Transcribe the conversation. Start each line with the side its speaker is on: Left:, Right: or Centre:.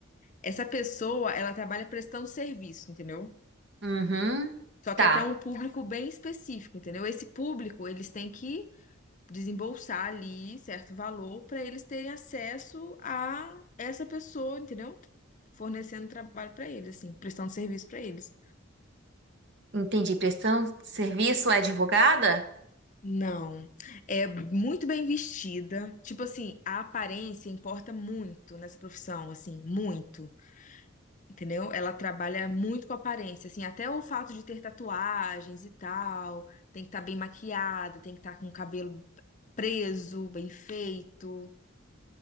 Left: Essa pessoa, ela trabalha prestando serviço, entendeu?
Right: Uhum.
Left: Só
Right: Tá.
Left: que é pra um público bem específico, entendeu? Esse público, eles têm que desembolsar ali certo valor pra eles terem acesso a essa pessoa, entendeu? Fornecendo trabalho pra eles, assim, prestando serviço pra eles.
Right: Entendi. Prestação de serviço é advogada?
Left: Não, é muito bem vestida. Tipo assim, a aparência importa muito nessa profissão, assim, muito, entendeu? Ela trabalha muito com aparência, assim, até o fato de ter tatuagens e tal, tem que estar bem maquiada, tem que estar com o cabelo preso, bem feito.